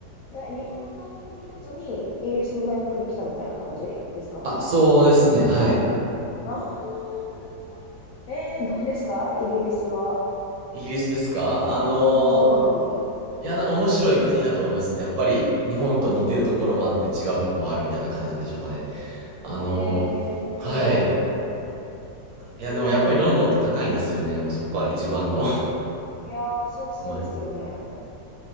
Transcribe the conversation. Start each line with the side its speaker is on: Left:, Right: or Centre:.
Left: だ、日本の大学に行かずに、イギリスの大学に来たみたいな感じですか
Right: あ、そうですね。はい。
Left: ああ、なるほど。えー、どうですかイギリスは。
Right: イギリスですかあのー
Left: うん、う
Right: いや、な、面白い国だと思いますね。やっぱり、日本と似てるところもあって違うとこもあるみたいな感じなんでしょうかね。
Left: ん。
Right: あの
Left: えー、
Right: ーはい。
Left: うん、うん。
Right: いや、
Left: うーん。
Right: でもやっぱりロンドンって高いんですよね。もうそこが一番の
Left: いやー、そりゃそうですよね。
Right: <laughs> まあ